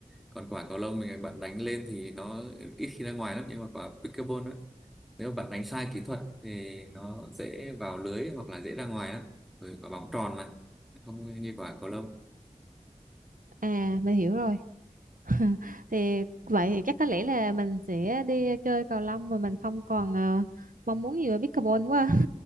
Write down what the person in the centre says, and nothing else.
còn quả cầu lông mình ờ, bạn đánh lên thì nó ít khi ra ngoài lắm nhưng mà quả pickleball á nếu mà bạn đánh sai kỹ thuật thì nó dễ vào lưới hoặc là dễ ra ngoài lắm rồi quả bóng tròn mà không như quả cầu lông